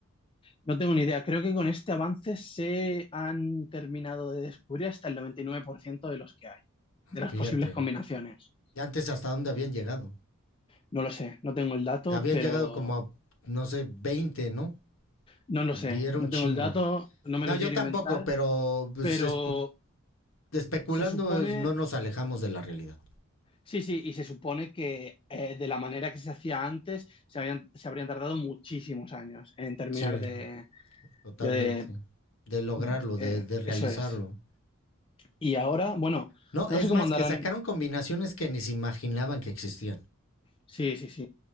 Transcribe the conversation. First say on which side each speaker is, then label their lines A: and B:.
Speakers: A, on the left (about 25°); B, on the left (about 65°).
A: no tengo ni idea. Creo que con este avance se han terminado de descubrir hasta el 99% de los que hay. de las
B: Fíjate,
A: posibles combinaciones.
B: antes hasta dónde habían llegado.
A: No lo sé, no tengo el dato,
B: Habían
A: pero
B: llegado como a, no sé, 20, ¿no?
A: no lo
B: Y
A: sé,
B: era
A: no
B: un chingo.
A: tengo el dato, no me
B: No,
A: lo
B: yo
A: quiero
B: tampoco,
A: inventar,
B: pero pues,
A: pero
B: espu- especulando
A: se supone,
B: es- no nos alejamos de la realidad.
A: sí, sí, y se supone que eh, de la manera que se hacía antes, se, habían, se habrían tardado muchísimos años en terminar
B: Sí,
A: de...
B: totalmente.
A: de,
B: De lograrlo,
A: de
B: de,
A: eh,
B: de realizarlo.
A: eso es. Y ahora, bueno,
B: No,
A: no
B: es
A: sé cómo
B: más,
A: andarán.
B: que sacaron combinaciones que ni se imaginaban que existían.
A: Sí, sí, sí.